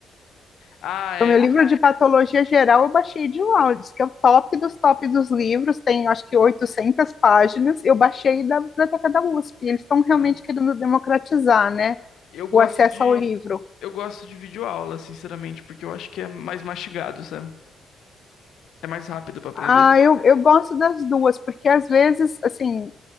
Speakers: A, on the left; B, on the left.
A: Ah, é.
B: O meu livro de patologia geral eu baixei de lá, diz que é o top dos top dos livros, tem acho que 800 páginas, eu baixei da biblioteca da USP, eles estão realmente
A: Ah,
B: querendo democratizar, né,
A: Eu gosto
B: o acesso
A: de
B: ao livro.
A: eu gosto de videoaula, sinceramente, porque eu acho que é mais mastigado, sabe? É mais rápido pra aprender.
B: Ah, eu, eu gosto das duas, porque às vezes, assim,